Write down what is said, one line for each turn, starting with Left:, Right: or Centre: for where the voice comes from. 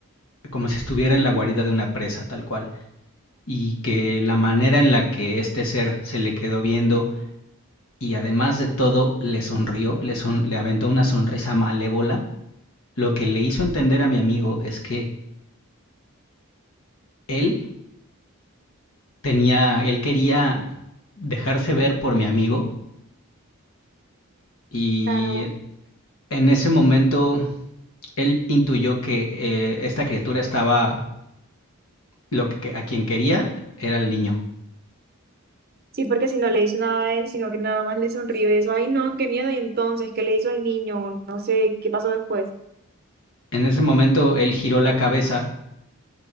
Left: como si estuviera en la guarida de una presa tal cual, y que la manera en la que este ser se le quedó viendo y además de todo le sonrió, le, son- le aventó una sonrisa malévola, lo que le hizo entender a mi amigo es que él tenía, él quería dejarse ver por mi amigo y
Right: Claro.
Left: en ese momento él intuyó que eh, esta criatura estaba lo que, a quien quería era el niño.
Right: Sí, porque si no le hizo nada a él, sino que nada más le sonrió y eso, ay, no, qué miedo. Y entonces, ¿qué le hizo al niño? No sé, ¿qué pasó después?
Left: En ese momento él giró la cabeza